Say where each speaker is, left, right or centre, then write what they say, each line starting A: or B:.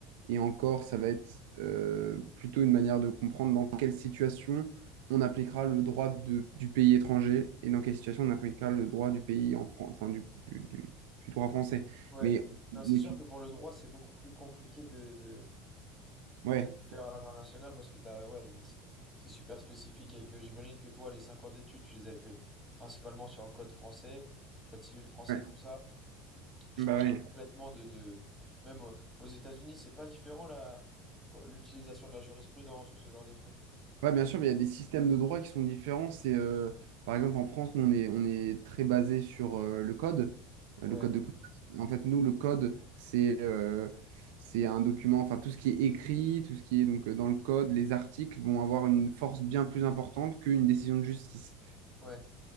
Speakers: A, on the right; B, in the centre.
A: Et encore, ça va être euh, plutôt une manière de comprendre dans quelle situation on appliquera le droit de- du pays étranger et dans quelle situation on appliquera le droit du pays en France, enfin du, du- du- du droit français.
B: Ouais.
A: Mais,
B: Non, c'est
A: mais
B: sûr
A: tu-
B: que pour le droit, c'est beaucoup plus compliqué de, de,
A: ouais,
B: de le faire à l'international parce que t'as, ouais, c'est c'est- c'est super spécifique et que j'imagine que toi, les 5 ans d'études, tu les as fait principalement sur le code français, code civil français,
A: ouais,
B: tout ça. changer
A: bah ouais.
B: complètement de, de... Même au- aux États-Unis, c'est pas différent la... l'utilisation de la jurisprudence ou ce genre de truc.
A: Ouais, bien sûr, mais il y a des systèmes de droit qui sont différents. C'est, euh, par exemple, en France, nous, on est, on est très basé sur euh, le code, euh,
B: Ouais,
A: le code de commerce. En fait, nous, le code, c'est euh, c'est un document, enfin, tout ce qui est écrit, tout ce qui est donc euh, dans le code, les articles vont avoir une force bien plus importante qu'une décision de justice.
B: ouais,